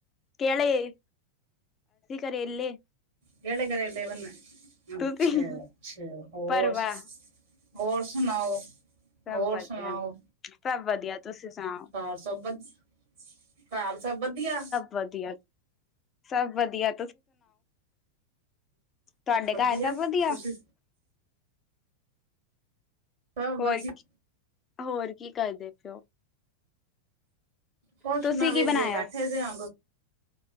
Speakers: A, on the left; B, on the right.
A: ਕੇਹੜੇ ਕਰੇਲੇ
B: ਕਿਹੜੇ ਕਰੇਲੇ ਬਨੇ ਅੱਛਾ
A: ਤੁਸੀਂ
B: ਅੱਛਾ ਹੋਰ
A: ਪਰਵਾ,
B: ਹੋਰ ਸੁਨਾਓ
A: ਸਭ
B: ਹੋਰ
A: ਵਧੀਆ,
B: ਸੁਨਾਓ
A: ਸਭ ਵਧੀਆ, ਤੁਸੀਂ ਸੁਣਾਓ?
B: ਘਰ ਸਭ ਵਦੀਆ ਘਰ ਸਭ ਵਦੀਆ-
A: ਵਦੀਆ ਸਭ ਵਦੀਆ ਤੁਹਾਡੇ
B: ਵਦੀਆ
A: ਘਰ ਸਭ ਵਧੀਆ?
B: ਤੁਸੀਂ ਹਾਂ ਵ
A: ਹੋਰ,
B: <inaudible>
A: ਹੋਰ ਕੀ ਕਰਦੇ ਪਏ ਓ।
B: ਕੁਛ
A: ਤੁਸੀਂ
B: ਨਾਂ
A: ਕੀ
B: ਵਿਹਲੇ
A: ਬਣਾਇਆ?
B: ਬੈਠੇ ਜ ਆ